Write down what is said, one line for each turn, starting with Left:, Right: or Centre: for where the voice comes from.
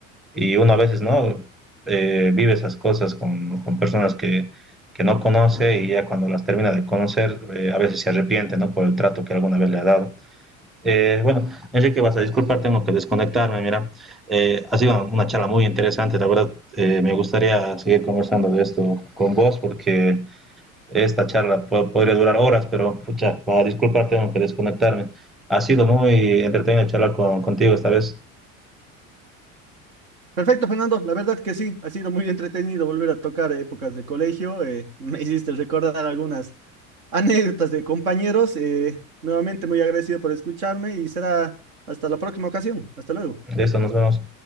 Centre: y uno a veces no eh, vive esas cosas con, con personas que, que, no conoce y ya cuando las termina de conocer, eh, a veces se arrepiente ¿no? por el trato que alguna vez le ha dado. Eh, bueno, Enrique, vas a disculpar, tengo que desconectarme. Mira, eh, ha sido una charla muy interesante. La verdad, Eh, me gustaría seguir conversando de esto con vos porque esta charla po podría durar horas, pero pucha, para disculpar, tengo que desconectarme. Ha sido muy entretenido charlar con, contigo esta vez.
Right: Perfecto, Fernando. La verdad que sí, ha sido muy entretenido volver a tocar épocas de colegio. eh, <laughs> me hiciste recordar algunas anécdotas de compañeros. eh, nuevamente muy agradecido por escucharme y será hasta la próxima ocasión. Hasta luego.
Centre: De esto nos vemos.